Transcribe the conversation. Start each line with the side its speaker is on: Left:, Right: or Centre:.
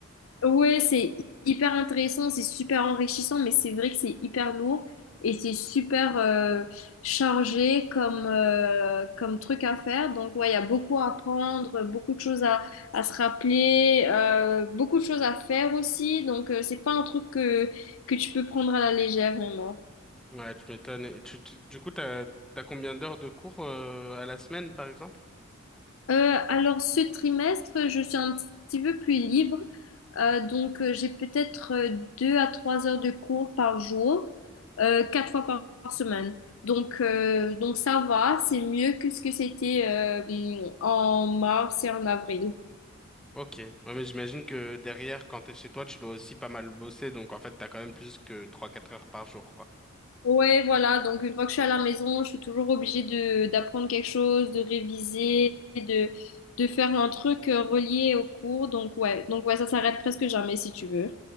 Left: Ouais, c'est hyper intéressant, c'est super enrichissant, mais c'est vrai que c'est hyper lourd et c'est super euh, chargé comme, euh, comme truc à faire. Donc, ouais, il y a beaucoup à apprendre, beaucoup de choses à, à se rappeler, euh, beaucoup de choses à faire aussi. Donc, euh, c'est pas un truc que, que tu peux prendre à la légère, vraiment.
Centre: Ouais, tu m'étonnes. Et tu- tu- du coup, t'as t'as combien d'heures de cours euh, à la semaine, par exemple?
Left: Euh, alors, ce trimestre, je suis un petit peu plus libre. Euh, donc, euh, j'ai peut-être euh, deux à trois heures de cours par jour, euh, quatre fois par par semaine. Donc, euh, donc ça va, c'est mieux que ce que c'était euh, en mars et en avril.
Centre: Ok. Ouais, mais j'imagine que derrière, quand t'es chez toi, tu dois aussi pas mal bosser, donc en fait, t'as quand même plus que trois quatre heures par jour, quoi.
Left: Ouais, voilà. Donc, une fois que je suis à la maison, je suis toujours obligée de d'apprendre quelque chose, de réviser, de de faire un truc euh, relié au cours. Donc, ouais. Donc, ouais, ça s'arrête presque jamais si tu veux.